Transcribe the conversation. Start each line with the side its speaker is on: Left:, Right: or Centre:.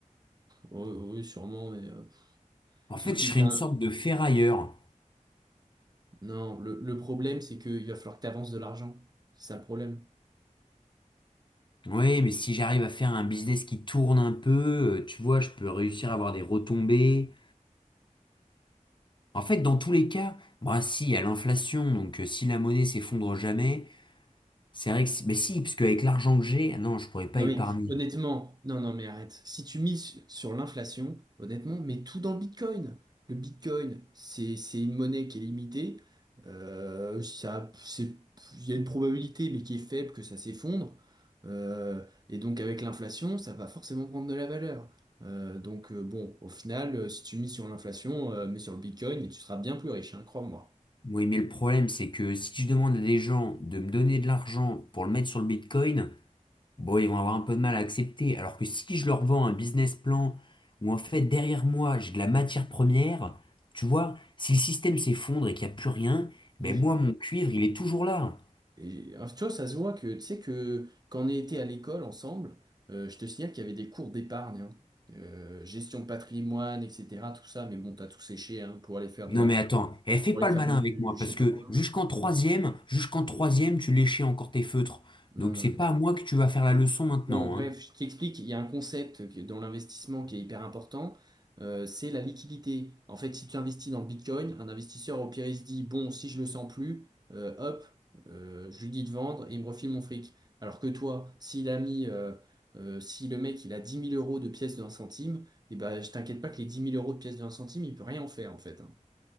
Right: Oui, oui, sûrement, mais euh,
Left: En
Right: sauf
Left: fait,
Right: que
Left: je serais
Right: t'as
Left: une
Right: un-
Left: sorte de ferrailleur.
Right: Non, le, le problème, c'est qu'il va falloir que tu avances de l'argent. C'est ça le problème.
Left: Oui, mais si j'arrive à faire un business qui tourne un peu, euh, tu vois, je peux réussir à avoir des retombées. En fait, dans tous les cas, bah si, il y a l'inflation, donc euh, si la monnaie s'effondre jamais, c'est vrai que si, mais si, parce qu'avec l'argent que j'ai, ah non, je pourrais pas
Right: Non
Left: épargner.
Right: mais honnêtement, non non mais arrête. Si tu mises sur l'inflation, honnêtement, mets tout dans le Bitcoin. Le Bitcoin, c'est c'est une monnaie qui est limitée. Euh, ça, c'est, il y a une probabilité, mais qui est faible que ça s'effondre. Euh, et donc avec l'inflation, ça va forcément prendre de la valeur. Euh, donc euh, bon, au final, euh, si tu mises sur l'inflation, euh, mets sur le Bitcoin et tu seras bien plus riche, hein, crois-moi.
Left: Oui, mais le problème, c'est que si je demande à des gens de me donner de l'argent pour le mettre sur le Bitcoin, bon, ils vont avoir un peu de mal à accepter. Alors que si je leur vends un business plan où en fait derrière moi j'ai de la matière première, tu vois, si le système s'effondre et qu'il n'y a plus rien,
Right: <laughs>
Left: ben moi mon cuivre il est toujours là.
Right: Et, alors, tu vois, ça se voit que, tu sais, que quand on était à l'école ensemble, euh, je te signale qu'il y avait des cours d'épargne, hein. Euh, gestion de patrimoine, etc., tout ça, mais bon, t'as tout séché, hein, pour aller faire
Left: Non
Right: de la,
Left: mais attends, eh, fais
Right: pour
Left: pas
Right: aller
Left: le
Right: faire
Left: malin
Right: du,
Left: avec moi,
Right: du
Left: parce
Right: je sais
Left: que
Right: pas quoi.
Left: jusqu'en troisième, jusqu'en troisième, tu léchais encore tes feutres.
Right: Non,
Left: Donc
Right: non,
Left: c'est
Right: mais-
Left: pas à moi que tu vas faire la leçon maintenant,
Right: Bon, bref,
Left: hein.
Right: je t'explique, il y a un concept qui- dans l'investissement qui est hyper important, euh, c'est la liquidité. En fait, si tu investis dans le Bitcoin, un investisseur au pire, il se dit, bon, si je le sens plus, euh, hop, euh, je lui dis de vendre et il me refile mon fric. Alors que toi, s'il a mis, euh, euh, si le mec, il a dix mille euros de pièces de un centime, et ben, je t'inquiète pas que les dix mille euros de pièces de un centime, il peut rien en faire, en fait. hein.